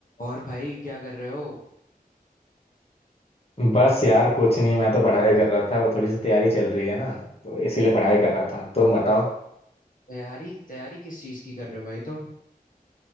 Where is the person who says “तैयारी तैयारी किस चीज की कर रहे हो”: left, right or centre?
Left